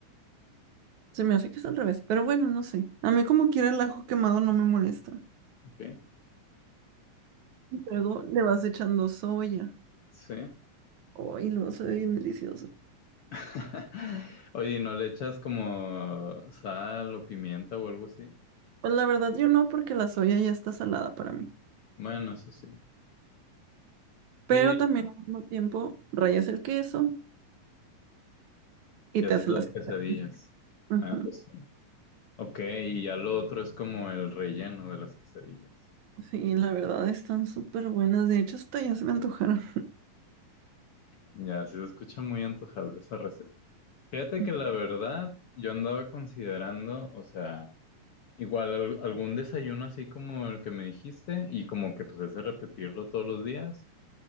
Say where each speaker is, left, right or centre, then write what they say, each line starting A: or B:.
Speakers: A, on the right (about 70°); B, on the left (about 65°).
A: Se me hace que es al revés, pero bueno, no sé. A mí como quiera el ajo quemado no me molesta.
B: Ok.
A: Y Luego le vas echando soya.
B: Sí.
A: Ay, lo hace bien delicioso.
B: <laughs> Oye, ¿y ¿no le echas como sal o pimienta o algo así?
A: Pues la verdad yo no, porque la soya ya está salada para mí.
B: Bueno, eso sí.
A: Pero
B: Sí,
A: también al mismo tiempo rayas el queso y
B: ya
A: te
B: haces
A: haces
B: las
A: las...
B: quesadillas.
A: quesadillas. Ujú.
B: Ah, pues sí. Ok, y ya lo otro es como el relleno de las quesadillas.
A: Sí, la verdad están súper buenas. De hecho, hasta ya se me antojaron.
B: Ya, sí se escucha muy antojable esa receta. Fíjate
A: <laughs>
B: que la verdad, yo andaba considerando, o sea, igual al- algún desayuno así como el que me dijiste, y como que pues ese repetirlo todos los días,